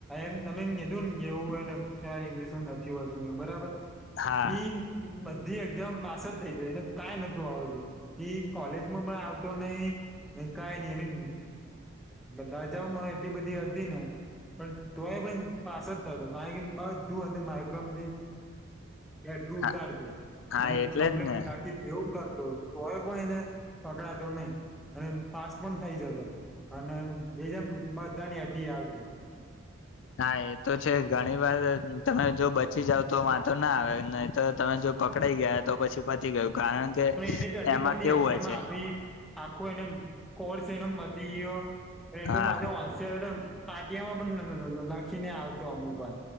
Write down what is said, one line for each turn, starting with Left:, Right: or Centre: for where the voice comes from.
Centre: એમ તમે કીધુંને એવું હોયને ત્યારે ઈંગ્લિશ ન કેવાતુને બરાબર
Left: હા
Centre: ઈ બધી એક્ઝામ પાસ જ થઈ જાય એને કાઈ નથી જો અવે તો ઈ કોલેજમાં પણ આવતો નહી કાઈ ની એને રજામાં એટલી બધી હતી ને પણ તોય પણ એમ પાસ જ થતો, કારણ કે બધું અને માઇક્રોમથી બેઠું
Left: હા
Centre: ઉતારી દે,
Left: હા
Centre: અને
Left: એટલે
Centre: કમ્પ્લેન
Left: જ ને
Centre: નાખી, એવું કરતો તોય પણ એને પકડાતો નહી, અને પાસ પણ થઇ, જતો અને એમ બધાની, અધી આવતી
Left: હા, એ તો છેજ, ઘણીવાર તમે જો બચી જાવ, તો વાતો ના આવે નહી, તો તમે જો પકડાઈ ગયા, તો પછી પતી ગયું. કારણ કે
Centre: પણ એને આટલી
Left: એમાં
Centre: બધી
Left: કેવું
Centre: એક્ઝામ
Left: હોય છે
Centre: આપી, આખો એને કોર્સ, એનો મતી ગયો અને એટલું
Left: હા
Centre: મારુ હોશિયાર હતો, એમ પાટીયામાં, પણ લ લ લ લખીને આવતો, અમુક વાર